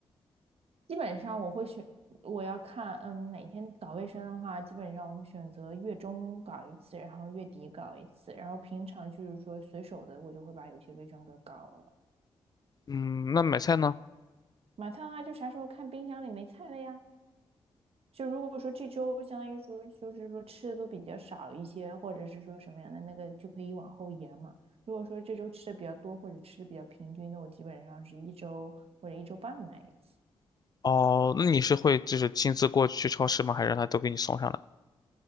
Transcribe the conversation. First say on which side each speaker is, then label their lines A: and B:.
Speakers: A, on the right (about 65°); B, on the left (about 40°).
A: 基本上我会选，我要看，嗯，哪天搞卫生的话，基本上我会选择月中搞一次，然后月底搞一次，然后平常就是说随手的，我就会把有些卫生给搞了。
B: 嗯，那买菜呢？
A: 买菜的话，就啥时候看冰箱里没菜了呀？就如果说这周相当于说就是说吃的都比较少一些，或者是说什么样的那个就可以往后延嘛。如果说这周吃的比较多，或者吃的比较平均的，那我基本上是一周或者一周半买一次。
B: 哦，那你是会就是亲自过去超市吗？还是让他都给你送上来？